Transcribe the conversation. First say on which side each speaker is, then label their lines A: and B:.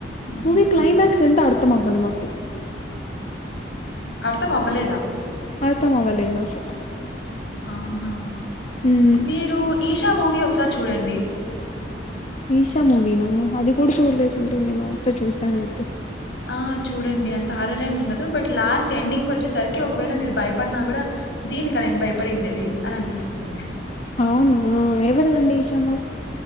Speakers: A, on the left; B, on the left.
A: ఉమ్
B: మూవి క్లైమాక్స్ ఎంటో అర్ మొత్తమాపదమాకు
A: అర్థం అవ్వలేదా
B: అర్థం అవ్వలేదు నాకు
A: అవునా
B: హ్మ్
A: మీరు ఈషా మూవీ ఒకసారి చూడండి
B: ఈషా మూవీ నా అది కూడా చూడలేదండి నేను ఒకసారి చూస్తాన అయితే
A: ఆ చూడండి. అంత హార్రర్ ఏం ఉండదు. బట్ లాస్ట్ ఎండింగ్ కి వచ్చేసరికి ఒకవేళ మీరు భయపడినా కూడా, దీనిక నేను భయపడిండేది అని అనిపిస్తుంది.
B: అవునా ఎక్కడనండి ఈశామ